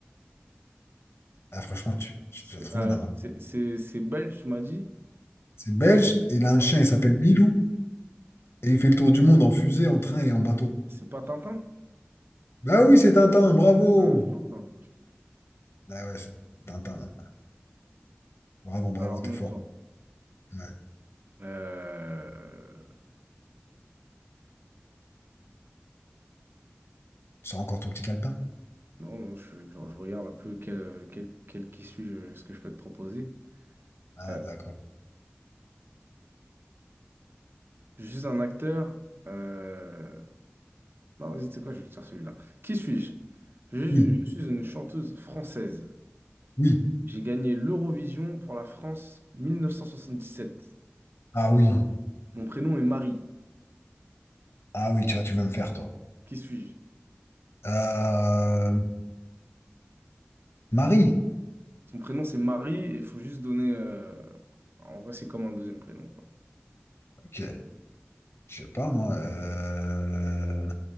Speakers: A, on the left (about 75°); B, on the right (about 60°).
A: Ah, franchement, tu, tu
B: C'est
A: tu l'as trouvé
B: euh,
A: normalement.
B: c'est- c'est- c'est belge, tu m'as dit?
A: C'est belge, et il a un
B: Ouais.
A: chien, il s'appelle Milou, et il fait le tour du monde en fusée, en train et en bateau.
B: C'est pas Tintin?
A: Bah oui, c'est Tintin, bravo!
B: Ah, c'est Tintin.
A: Ah ouais, c'est Tintin. là. Bravo, bravo,
B: Alors,
A: t'es
B: mon
A: fort.
B: tour.
A: Ouais.
B: Euh,
A: Tu sors encore ton petit calepin?
B: Non, non, je, je- je regarde un peu quel, quel, quel qui suis je ce que je peux te proposer.
A: Ah,
B: Euh,
A: d'accord.
B: je suis un acteur. euh, Non, vas-y, tu sais quoi, je vais te faire celui-là. Qui suis-je? Je, suis
A: Oui,
B: je suis une chanteuse française.
A: oui.
B: J'ai gagné l'Eurovision pour la France 1977.
A: Ah oui.
B: Mon prénom est Marie.
A: Ah oui, tu vois, tu veux me faire, toi.
B: Qui suis-je?
A: Euh, Marie.
B: Son prénom c'est Marie et il faut juste donner. euh, En vrai, c'est comme un deuxième prénom, quoi.
A: Ok. Je sais pas, moi. euh,